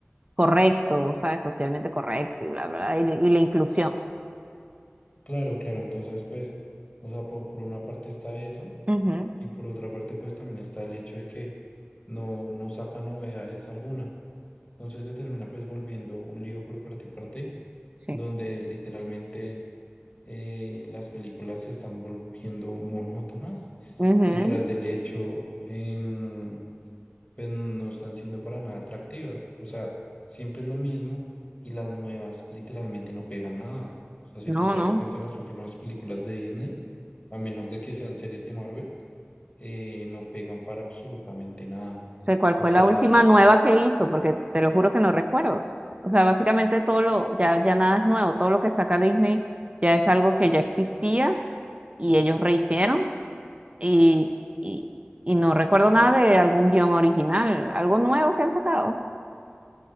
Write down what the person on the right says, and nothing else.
correcto, ¿sabes? Socialmente correcto y bla, bla, bla, y, y la inclusión.
Ujú,
sí.
Ujú,
No,
no.
sé cuál
fue
la última nueva que hizo, porque te lo juro que no recuerdo. O sea, básicamente todo lo, ya, ya nada es nuevo, todo lo que saca Disney ya es algo que ya existía y ellos rehicieron y, y, y no recuerdo nada de algún guión original, algo nuevo que han sacado.